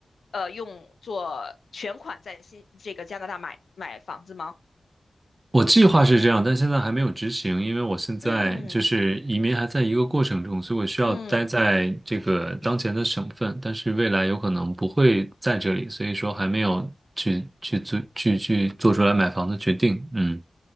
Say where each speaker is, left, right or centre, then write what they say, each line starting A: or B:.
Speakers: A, on the left; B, on the right.
A: 呃，用作全款在新这个加拿大买买房子吗？
B: 我计划是这样，但现在还没有执行，因为我现在就是移民还在一个过程中，
A: 嗯
B: 所以我需要待在这个当前的省份，
A: 嗯，
B: 但是未来有可能不会在这里，所以说还没有去去做去去做出来买房的决定。嗯，